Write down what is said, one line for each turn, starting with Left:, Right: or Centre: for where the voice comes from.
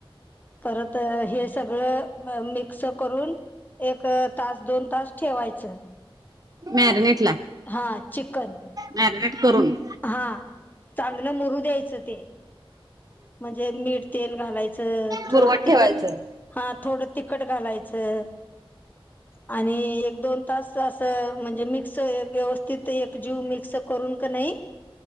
Left: परत हे सगळं मिक्स करून एक तास दोन तास ठेवायचं.
Right: मॅरीनेटला.
Left: हां चिकन
Right: मॅरिनेट करूनं.
Left: हा चांगलं मुरू द्यायचं ते म्हणजे मीठं तेन घालायचं थोडं
Right: बुरवत
Left: तिखट
Right: ठेवायचं.
Left: हा थोडं तिखट घालायचं. आणि एक दोन तास असं म्हणजे मिक्स व्यवस्थित एक जीव मिक्स करून क नाय